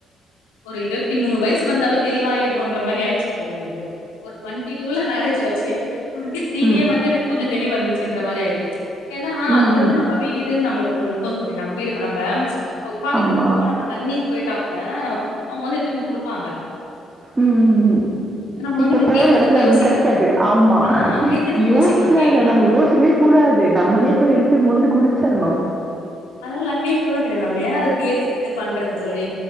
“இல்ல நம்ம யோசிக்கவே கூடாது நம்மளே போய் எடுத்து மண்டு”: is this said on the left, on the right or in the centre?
Right